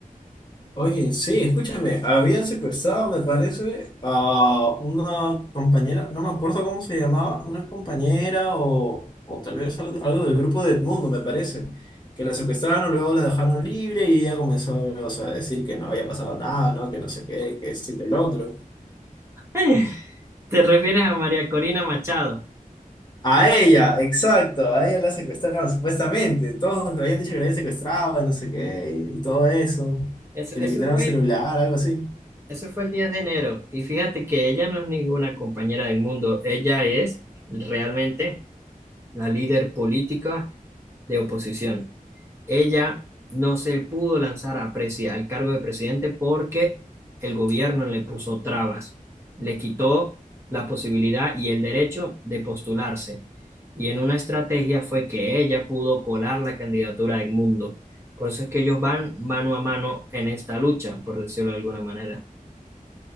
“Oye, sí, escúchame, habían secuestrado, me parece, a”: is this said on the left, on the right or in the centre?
Left